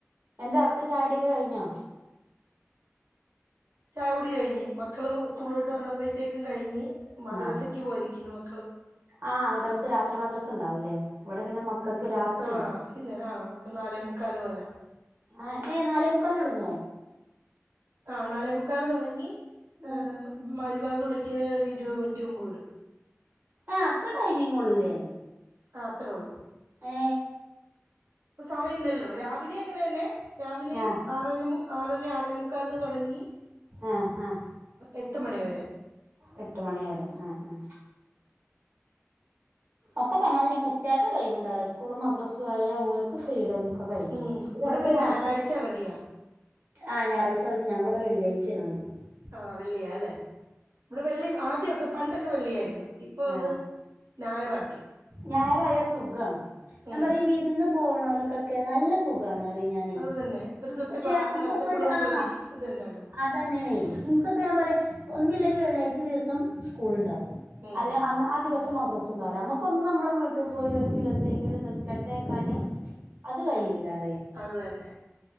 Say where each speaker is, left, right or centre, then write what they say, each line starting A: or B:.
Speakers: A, on the right; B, on the right.
A: എന്താ അവിടുത്തെ ചായൊടിക്കെ കയിഞ്ഞോ?
B: ചായ കുടി കയ്ഞ്ഞ് മക്കളും സ്കൂളിട്ട് വന്നപ്പോയത്തേക്കും കയിഞ്ഞ് മദ്രസക്ക്
A: ആഹ്
B: പോയിരിക്കുന്നു മ
A: ആഹ് മദ്രസ്സ് രാത്രി മദ്രസ് ഉണ്ടാവൂലേ? ഇവിടെ പിന്നെ മ ക്കക്ക് രാത്രില്ല
B: ആഹ് വൈകുന്നേരം ആഹ് ഇവിടെ നാലേ മുക്കാല് പോലെ
A: ആ ഏ നാലേമു ക്കാല്നൊടുങ്ങോ?
B: ആ നാലെമുക്കാൽ തൊടങ്ങി ഹ്...
A: ആഹ്
B: മഹ് വാങ്ക് വിളിക്കിനേനൊര്പത് മിനിറ്റ് മുമ്പ് വിടും
A: ആ അത്ര ടൈമിംഗൊള്ളൂല്ലേ
B: ആ അത്രേള്ളൂ
A: ഏ
B: ഇപ്പൊ സമയം ഇല്ലല്ലോ രാവിലെയും അങ്ങനെന്നെ രാവിലെയും
A: ആഹ്
B: ആറര ആറര ആറേ മുുക്കാലിന് തുടങ്ങി
A: ആഹ് ആഹ്
B: എട്ട് മണിവരെ
A: എട്ട് മണിവരെ ആ ആ ഉ ഒക്കെ പറഞ്ഞാതിരിക് കുട്ടികൾക്ക് ഒരുരൈവുണ്ടാവൂല സ്കൂളും മദ്രാസും ആയ അവഓലക്ഫ്രീഡന്നും ഒക്കെ കഴിഞ്ഞ
B: ഉം ഇവിടെ
A: രണ്ടു
B: പിന്നെ
A: മാസം
B: ഞായറാഴ്ച അവധിയാ
A: ആഹ ഞായറാഴ്ചാ മതി ഞങ്ങളോടെ വെള്ളിയാഴ്ചയണാ മതി
B: ആ വെള്ളിയാ അല്ലേ ബടെ വെള്ളി ആദ്യൊക്കെ പണ്ടൊക്കെ വെള്ളിയായിരുന്നു ഇപ്പൊ അത്
A: ആ
B: ഞായറാക്കി
A: ഞായറായ സുഖമാണ് ഞാൻ
B: ഉം
A: പറയാ ഈ വിരുന്ന് പോകണവൽക്കൊക്കെ നല്ല സുഖമാണ്
B: അത് തന്നെ ഒരു ദിവസത്തെ
A: പക്ഷെമ്മക്കൊ
B: ക്ലാസ് നഷ്ടപ്പെടുമെന്ന്
A: ആ
B: പ്രതീക്ഷിക്കുന്നുണ്ടല്ലോ
A: അതന്നാന്നെ ഇൻകൊക്കെ ഒന്നില്ലെങ്കിൽ വെള്ളാഴ്ച ദിവസം സ്കൂള് ഉണ്ടാവും
B: ഉം
A: അല്ല ആ ദിവസം മദത്രസ് ണ്ടാവൂല നമ്മുക്കൊന്നും നമ്മെ വീട്ടിൽ പോയി ഒരു ദിവസമെങ്കിലും നി ക്കട്ടേക്കാന് അത് കഴയിൂല്ലായി
B: അത് തന്നെ